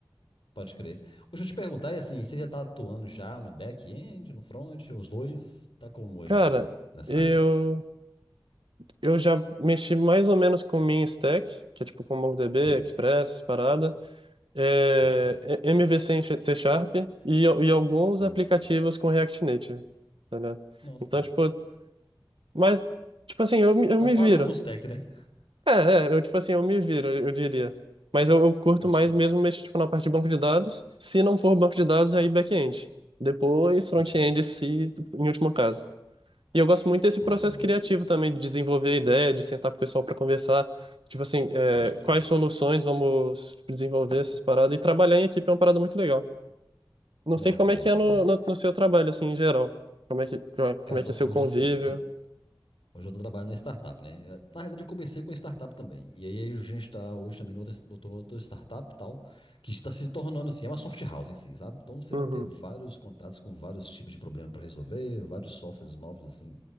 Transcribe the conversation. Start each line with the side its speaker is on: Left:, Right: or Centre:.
Left: pode crer. Deixa eu te perguntar, e assim, você já tá atuando já no back-end, no front, os dois? Tá como hoje,
Right: Cara,
Left: assim, nessa
Right: eu
Left: área?
Right: eu já mexi mais ou menos com min stack, que é tipo com MongoDB,
Left: Sim,
Right: Express, essas parada, é,
Left: pode crer.
Right: é- MVC em C C Sharp e, al- e alguns
Left: Hum,
Right: aplicativos com React Native, tá ligado?
Left: nossa,
Right: Então
Left: que massa.
Right: tipo, mas tipo assim, eu, me- eu
Left: Tá
Right: me
Left: quase
Right: viro.
Left: o full stack, né?
Right: É, é, eu, tipo assim, eu me viro, eu diria. Mas eu, eu curto
Left: Pode
Right: mais
Left: crer.
Right: mesmo mexer, tipo, na parte de banco de dados. Se não for banco de dados, aí
Left: Massa.
Right: back-end. Depois, front-end,
Left: Pode crer.
Right: se, em último caso. E eu gosto muito desse processo
Left: Hum,
Right: criativo também, de desenvolver a ideia, de sentar com o pessoal para conversar. Tipo assim, é,
Left: pode crer.
Right: quais soluções vamos desenvolver essas paradas. E trabalhar em equipe é uma parada muito legal. Não
Left: Bom
Right: sei como
Left: demais,
Right: é que
Left: bom
Right: é no,
Left: demais.
Right: no, no seu trabalho, assim, em geral. Como é que,
Left: Cara,
Right: como é
Left: eu tô-
Right: que é seu
Left: hoje,
Right: convívio.
Left: assim, eu tô Hoje eu estou trabalhando numa startup, né? Na realidade, eu comecei com startup também. E aí a gente está hoje também noutra, noutra, outra startup e tal, que está se tornando assim, é uma soft house em si, sabe? Então você
Right: Uhum,
Left: vai ter vários contatos com vários tipos de problemas para resolver, vários softwares novos, assim.